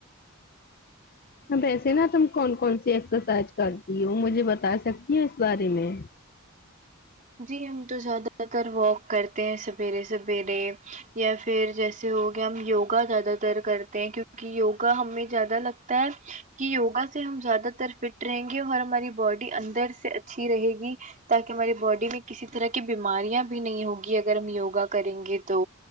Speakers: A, on the left (about 45°); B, on the right (about 35°).
A: ا ویسے نا تم کون کون سی ایکسرسائز کرتی ہو مجھے بتا سکتی ہو اس بارے میں
B: جی ہم تو زیادہ تر واک کرتے ہیں سویرے سویرے یا پھر جیسے ہوگیا ہم یوگا زیادہ تر کرتے ہیں کیونکہ یوگا ہمیں زیادہ لگتا ہے کہ یوگا سے ہم زیادہ تر فٹ رہیں گے اور ہماری باڈی اندر سے اچھی رہے گی تاکہ ہماری باڈی میں کسی طرح کی بیماریاں بھی نہیں ہوگی اگر ہم یوگا کریں گے تو